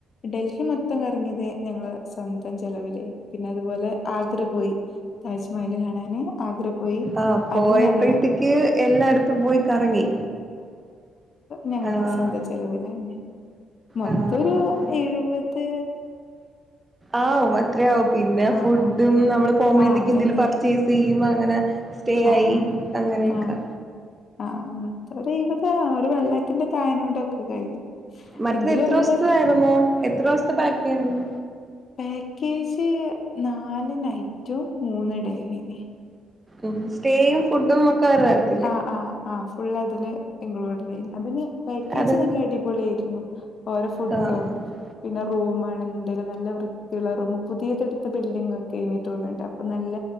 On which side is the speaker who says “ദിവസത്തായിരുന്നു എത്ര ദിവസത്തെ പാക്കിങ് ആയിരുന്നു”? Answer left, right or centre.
Right